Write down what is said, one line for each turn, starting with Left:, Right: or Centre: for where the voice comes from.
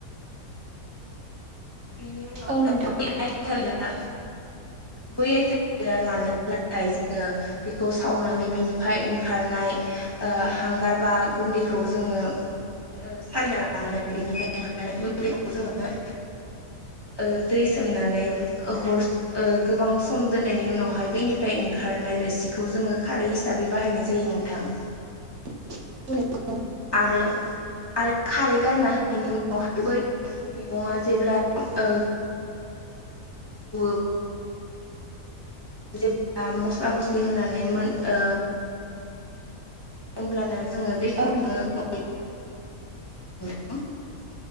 Left: बिनि उनाव
Right: औ नोंथां
Left: आइथा। थालिरा बै आइथालिरा रानोब्लाथाय जोङो। बेखौ सावनानै बिनिफ्राय ओंखारनाय ओ हांगार बा गुन्दैखौ जोङो। ओ सालिना लानानै बेैनिफ्राय ओं गुन्दैखौ जोङो। ओ दै सोमनानै। ओ हर ओ गोबां सम दोननायनि उनावहाय बैनिफ्राय ओं। खारनाय रोसिखौ जोङो खारै हिसाबै बाहायनाय जायो नोंथां।
Right: <unintelligible>
Left: आरो आरो खारै गारना होनायनि उनावहाय बै। मैगङा जेब्ला ओ <unintelligible> जेब्ला मस्ला मस्लि होनानै मोनो। होमब्लाना जोङो दै बेखौनोनो
Right: औ नोंथां
Left: <unintelligible>